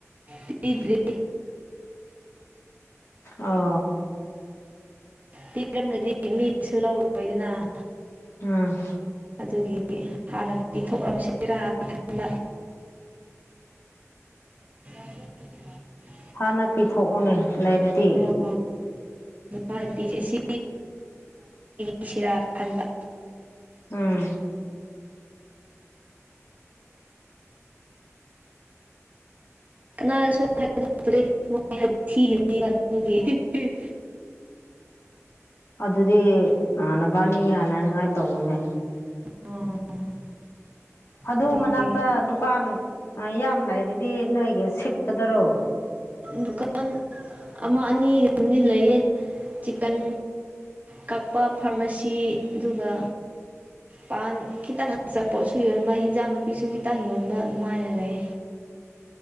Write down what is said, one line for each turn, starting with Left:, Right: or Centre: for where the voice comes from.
Right: ꯄꯤꯗ꯭ꯔꯤ
Left: ꯑꯣ
Right: ꯄꯤꯔꯝ꯭ꯔꯗꯤ ꯃꯤꯁꯨ ꯂꯧꯔꯔꯣꯏꯗꯅ
Left: ꯎꯝ꯫
Right: ꯑꯗꯨꯒꯤ ꯍꯥꯟꯅ ꯄꯤꯊꯣꯛꯑꯝꯁꯤꯔꯥꯀꯟꯕ ꯫
Left: ꯍꯥꯟꯅ ꯄꯤꯊꯣꯛꯎꯅꯦ ꯂꯩꯔꯗꯤ
Right: ꯑꯣ ꯑꯗꯨꯃꯥꯏꯅ ꯄꯁꯁꯤ ꯄꯤꯁꯤꯔꯥ ꯈꯟꯕ꯫
Left: ꯎꯝ
Right: ꯀꯅꯥꯅꯁꯨ ꯍꯥꯏꯗꯣꯛꯇ꯭ꯔꯔꯤ ꯊꯤꯒꯤ
Left: ꯑꯗꯨꯗꯤ ꯅꯕꯥꯅꯤ ꯌꯥꯅꯅꯤꯉꯥꯏ ꯇꯧꯌꯣꯅꯦ
Right: ꯑꯣ
Left: ꯑꯗꯨ
Right: ꯑꯗꯨꯒꯤ
Left: ꯃꯅꯥꯛꯇ ꯗꯨꯀꯥꯟ ꯌꯥꯝ ꯂꯩꯔꯤꯗꯤ ꯅꯣꯏꯒꯤ ꯁꯤꯠꯀꯗꯔꯣ
Right: ꯗꯨꯀꯥꯟ ꯑꯃ ꯑꯅꯤꯒ ꯑꯗꯨꯗꯤ ꯂꯩꯌꯦ ꯆꯤꯀꯟ ꯀꯛꯄ ꯐꯥꯔꯃꯥꯁꯤ ꯑꯗꯨꯒ ꯄꯥꯟ ꯈꯤꯇꯪ ꯑꯆꯥꯄꯣꯠꯁꯨ ꯌꯣꯟꯕ ꯍꯟꯖꯥꯡ ꯅꯥꯄꯤꯁꯨ ꯈꯤꯇꯪ ꯌꯣꯟꯕ ꯑꯗꯨꯃꯥꯏꯅ ꯂꯩ꯫